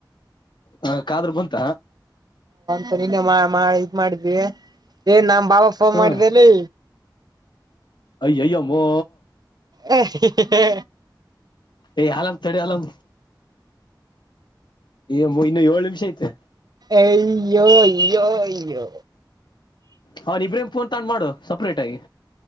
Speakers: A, on the left; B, on the right.
A: ಹ ಕಾದ್ರೂ ಬಂತ
B: ಸರಿನಮ್ಮ ಇದ್ ಮಾಡ್ವಿ ಏನ್ ನಮ್ ಬಬ ಫೋನ್
A: ಹ
B: ಮಾಡಿದ್ದೇನೆ
A: ಅಯ್ಯಯ್ಯಮ್ಮೋ
B: ಹ ಹೇ
A: ಏ ಅಲ್ ತಡಿ ಅಲಂ ಏ ಇನ್ನು ಏಳ್ ನಿಮಿಷ ಐತೆ
B: ಅಯ್ಯೋ ಅಯ್ಯೋ ಅಯ್ಯೋ
A: ಹಾ ನಿ ಪ್ರೇಮ ಪೋನ್ ತನ್ ಮಾಡು ಸಪ್ರೇಟ್ ಆಗಿ